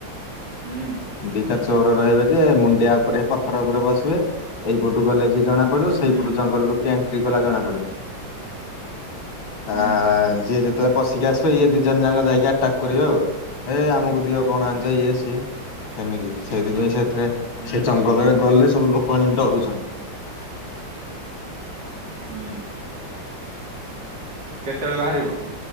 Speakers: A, on the right; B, on the left.
A: ହୁଁ
B: ଦିଟା ଚୋର ରହିବେ ଯେ ମୁଣ୍ଡିଆ ଉପରେ ପଥର ଉପରେ ବସିବେ। ଏଇପଟୁ ଗଲେ ଯି ଜଣା ପଡ଼ିବ ସେଇପଟୁ
A: ହୁଁ
B: ଜଙ୍ଗଲରୁ କେ ଏମଣ୍ଟ୍ରି କଲା ଜଣା ପଡିବ। ତା
A: ହୁଁ
B: ଯିଏ ଯେତେବେଳେ ପଶିକି ଆସିବ ଇଏ ଦି ଜଣ ଯାକ ଯାଇକି ଆଟାକ୍ କରିବେ ଆଉ । ହେ ଆମକୁ ଦିଅ କଣ ଆଣିଚ ଇଏ ସିଏ। ସେମିତି ସେଇଥି ପାଇଁ ସେ ଥୀରେ
A: ହୁଁ
B: ସେ ଜଙ୍ଗଲରେ ଗଲେ ସବୁ ଲୋକମାନେ ଡରୁଚନ୍ତି।
A: ହୁଁ। କେତେବେଳେ ବାହାରିବ?